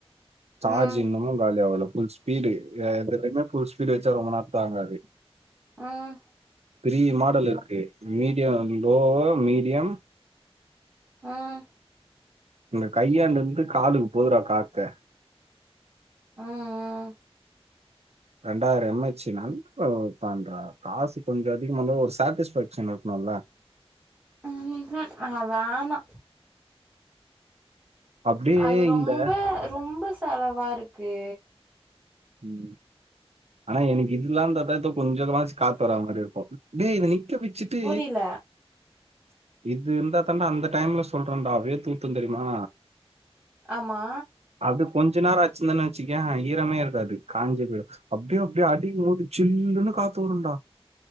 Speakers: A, on the right (about 80°); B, on the right (about 15°).
A: சார்ஜ்
B: ம்
A: இன்னமு காலி ஆவல புல் ஸ்பீடு எதுலுமே புல் ஸ்பீடு வச்சா ரொம்ப நேரோ தாங்காது
B: ம்
A: த்ரீ மாடல் இருக்கு மீடியம் லோ மீடியம்
B: ம்
A: இங்க கையாண்டு இருந்து காலுக்கு போதுரா காத்து
B: ம்
A: ரெண்டாயிரோ எம் ஹச்சி நல்லதுதான்றா காசு கொஞ்சோ அதிகம இருந்தாலு ஒரு சாட்டிஸ் <unintelligible> குணுல்லா
B: நா வேணா
A: அப்படியே
B: அது ரொம்ப
A: இந்த
B: ரொம்ப செலவா இருக்கு
A: ம் ஆனா எனக்கு இதுல்லா இருந்தாத கொஞ்சோமாச்சு காத்து வர மாரி இருக்கு டே நிக்க வ ச்சிட்டு
B: புரில
A: இது இருந்தா தண்டா அந்த டைம்ல சொல்றேன்டா வேர்தூத்து தெரிமா
B: ஆமா
A: அப்டியே கொஞ்ச நேரோ வச்சிருந்தேனு வச்சிக்கேயே ஈரமே இரு க்காது காஞ்சி பொய்டு அப்டியே அப்டியே அடிக்கும்போது சில்லுன்னு காத்து வருண்டா